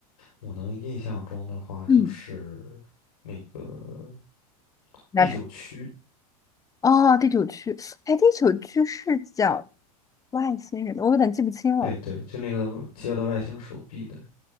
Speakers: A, on the left; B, on the left.
A: 我能印象中的话，就是那个
B: 嗯，那这
A: 第九区。
B: 哦，第九区，哎，第九区是讲外星人的，我有点记不清了。
A: 对对，就那个接了外星手臂的，